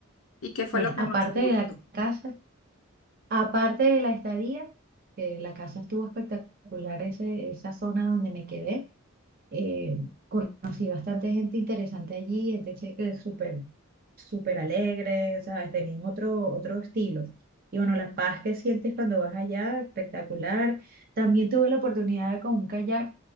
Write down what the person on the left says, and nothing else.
¿Y qué fue
lo que
más te gustó?